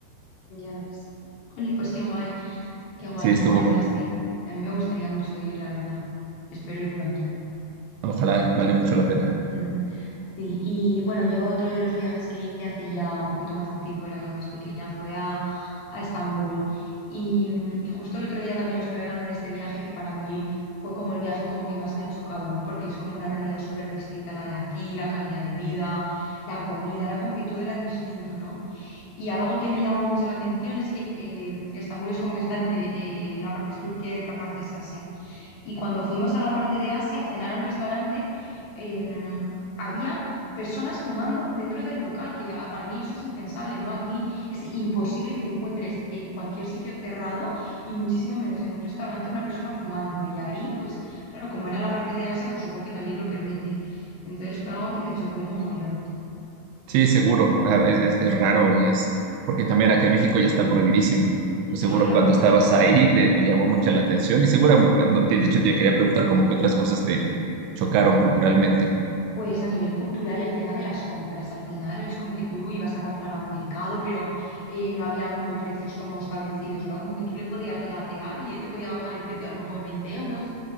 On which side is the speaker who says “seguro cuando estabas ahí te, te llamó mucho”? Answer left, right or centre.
Right